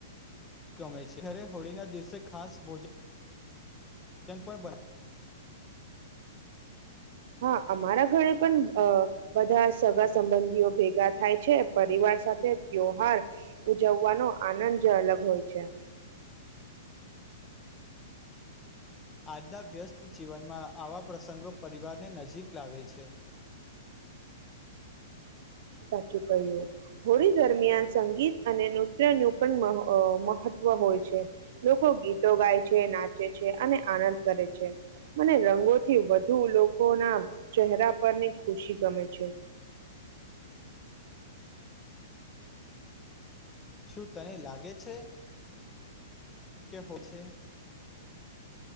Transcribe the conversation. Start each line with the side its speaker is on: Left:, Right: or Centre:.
Left: ગમે છે ખરે હોળી ના દિવસે ખાસ ભોજન ન પણ બને
Right: હા અમારા ઘરે પણ બધા સગા સંબંધીઓ ભેગા થાય છે પરિવાર સાથે ત્યોહાર ઉજવવાનો આનંદ અલગ હોય છે.
Left: આજના વ્યસ્ત જીવનમાં આવા પ્રસંગો પરિવારને નજીક લાવે છે.
Right: સાચું કહ્યું હોળી દરમિયાન સંગીત અને નૃત્ય નું પણ મ મહત્વ હોય છે લોકો ગીતો ગાય છે ના છે અને આનંદ કરે છે. મને રંગોથી વધુ લોકો ના ચહેરા પરની ખુશી ગમે છે. <inaudible> <unintelligible>
Left: શું તને લાગે છે. કે હ છે.